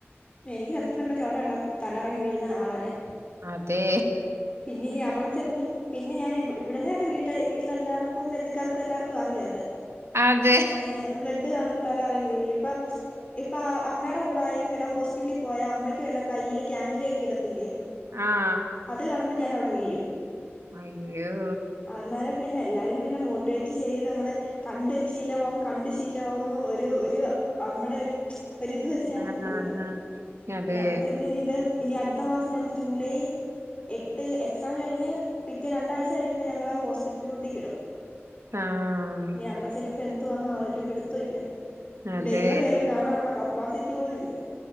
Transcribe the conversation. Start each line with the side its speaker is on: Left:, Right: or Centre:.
Left: എനിക്ക് സത്യം പർഞ്ഞാ ചോര കണ്ടാ തല കറങ്ങി വീഴുന്ന ആളാ ഞാൻ.
Right: അതെ
Left: പിന്നെ ഇനി അവടെ ചെന്ന് പിന്നെ ഞാൻ ഇവ് ഇവടന്ന് അത് വീട്ട് വീട്ടിലെല്ലാർക്കും ബന്ധക്കാർക്കും എല്ലാർക്കും അറിയാ അത്.
Right: അതെ
Left: ഞാനിങ്ങനെ ബ്ലഡ് കാണുമ്പോ തല കറങ്ങി വീഴും ഇപ്പം. ഇപ്പ അമ്മയുടെ കൂടെയാലും വല ഹോസ്പിറ്റലിൽ പോയാ അമ്മയ്ക്ക് വല കയ്യിൽ കാൻഡില ഒക്കെ ഇടത്തില്ലേ.
Right: ആഹ്
Left: അത് കാണുമ്പ ഞാൻ അവടെ വീഴും.
Right: അയ്യോ!
Left: അന്നേരം പിന്നെ എല്ലാരും പിന്നെ മോട്ടിവേറ്റ് ചെയ്ത് നമ്മള് കണ്ട് ശീലമാവും. കണ്ട് ശീലാകുന്നു ഒരു ഒരു നമ്മുടെ ഒരു ഒരിത് വെച്ച് ഞാൻ
Right: ആഹ്
Left: അങ്ങ് പോയിതാ
Right: അതെ
Left: ഇഞ്ഞ് അവടെ ചെന്ന് ഇനി ഇത് ഇനി അട്ത്ത മാസം ഞങ്ങക്ക് ജൂലൈ എട്ട് എക്സാം കഴിഞ്ഞ് പിറ്റേ രണ്ടാഴ്ച കഴിയുമ്പോ ഞങ്ങളെ ഹോസ്പിറ്റലിലോട്ട് കിടും.
Right: ആഹ്
Left: ഇനി അവടെ ചെല്ല്മ്പോ എന്തോന്നാ ഒരു പിടു ത്തൊല്ല
Right: അതെ
Left: ഡെലിവറിയൊക്കെ കാണാനുള്ള കപ്പാസിറ്റി പോലുംല്ല.